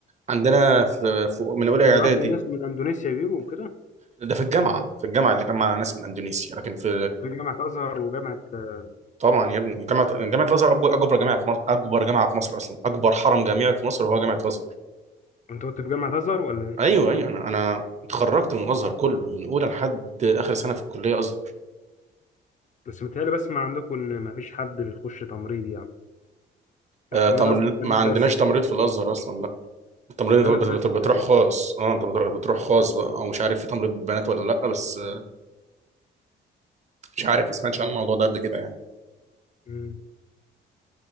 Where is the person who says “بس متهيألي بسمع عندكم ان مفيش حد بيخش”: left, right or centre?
Left